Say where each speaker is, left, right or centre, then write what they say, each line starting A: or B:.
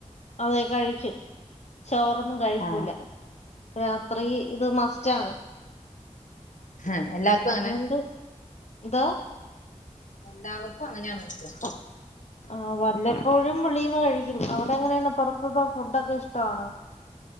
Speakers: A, on the left; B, on the left.
A: അതേ കഴിക്കു. ചോറൊന്നും കഴിക്കൂല
B: ആഹ്
A: രാത്രി ഇത് മസ്റ്റാണ്.
B: ഹ് എല്ലാർക്കും
A: അതുകൊണ്ട്
B: അങ്ങനെ
A: ഇതാ
B: എല്ലാവർക്കും അങ്ങനെയാണോ ചോദിച്ച
A: <inaudible> ആ വല്ലപ്പോഴും വെളീന്ന് കഴിക്കും. അവിടെ എങ്ങനെയാണ് പുറത്തു ത്തെഫുഡൊക്കെ ഇഷ്ടാണോ?